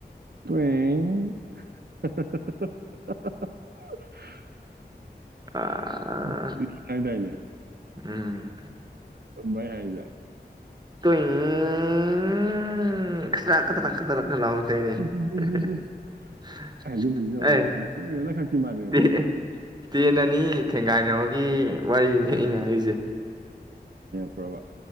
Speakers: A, on the right (about 70°); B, on the right (about 25°).
A: ꯄꯦꯡ ꯀꯔꯤ ꯍꯥꯏꯗꯥꯏꯅꯦ
B: ꯑꯥ ꯎꯝ
A: ꯆꯨꯝꯕ꯭ꯔꯥ ꯑꯩ ꯍꯥꯢꯖꯦ
B: ꯇꯨꯏꯡꯏꯏꯏ ꯈꯇꯔꯥꯛ ꯈꯗ꯭ꯔꯥꯛ ꯈꯗꯔ ꯈ ꯂꯥꯎꯔꯛꯇꯣꯏꯅꯦ ꯍ
A: ꯏꯁ ꯏꯁ ꯏꯁ
B: ꯍ
A: ꯏꯁ ꯍꯥꯏꯖꯗꯣꯏꯁꯦ ꯌꯦꯡꯉꯨꯀꯣ
B: ꯑꯩ
A: ꯁꯤ ꯌꯦꯡꯉꯣ ꯅꯪ ꯁꯛꯇꯤꯃꯥꯟ ꯌꯦꯡꯉꯛꯄ꯭ꯔꯥ
B: ꯑꯦ ꯑꯦ ꯇꯦꯟ ꯑꯅꯤ ꯊꯦꯡꯒꯥꯏꯅꯕꯒꯤ ꯋꯥꯔꯤꯅꯤ ꯑꯩꯅ ꯍꯥꯢꯔꯤꯁꯦ
A: ꯄ꯭ꯔꯕꯥ